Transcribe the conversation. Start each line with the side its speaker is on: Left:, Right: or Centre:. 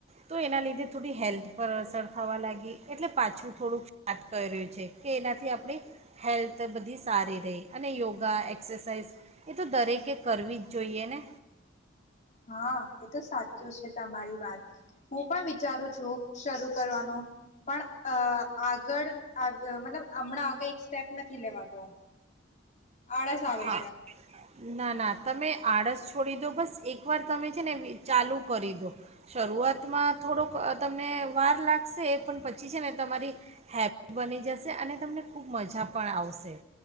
Right: તો એના લીધે થોડી હેલ્થ પર અસર થવા લાગી. એટલે પાછું થોડુંક સાર્ટ કર્યું છે કે એનાથી આપણી હેલ્થ બધી સારી રહી અને યોગા એક્સરસાઇઝ એ તો દરેકે કરવી જ જોઈએ ને
Left: હા એ તો સાચું છે તમારી વાત હું પણ વિચારું છું શરૂ કરવાનું પણ અ આગળ આગળ મતલબ હમણાં આ કઈક સ્ટેપ નથી લેવાતો આળસ આવે
Right: હા
Left: છે
Right: ના ના તમે આળસ છોડી દો બસ એકવાર તમે છે ને ચાલુ કરી દો શરૂઆતમાં થોડોક તમને વાર લાગશે પણ પછી છે ને તમારી હેબિટ બની જશે અને તમને ખૂબ મજા પણ આવશે